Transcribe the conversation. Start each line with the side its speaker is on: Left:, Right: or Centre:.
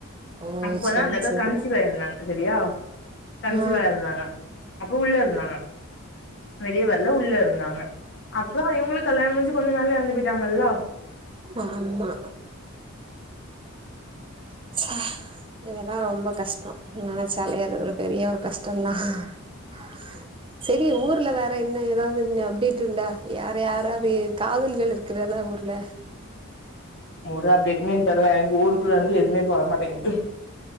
Right: ஓ
Left: அப்போதா
Right: செரி
Left: அந்தக்கா
Right: செரி
Left: கன்சீவ் ஆயிருந்தாங்க சரியா கன்சீவ்
Right: ஆ
Left: ஆயிருந்தாங்க அப்ப உள்ள இருந்தாங்க வெளிய வரல உள்ள இருந்தாங்க அ ப்றோ இவங்களுக் கல்யாணோ முடிஞ்சு கொஞ்ச நாள்ல எறந்து போயிட்டாங்கல்ல
Right: ஆமா ச இதெல்லா ரொம்ப கஷ்டோ நெனைச்சாலே அது ஒரு பெரிய ஒரு கஷ்டந்தா <inaudible> செரி ஊர்ல வேற என்ன எதாவது இன்ன அப்டேட் உண்டா யார் யாராவது காதல்கள் இருக்குறதா ஊர்ல
Left: ஒரு அப்டேட்மே தெர்ல எனக்கு ஊருக்குல வந்து எதுமே வர மாட்டேங்குது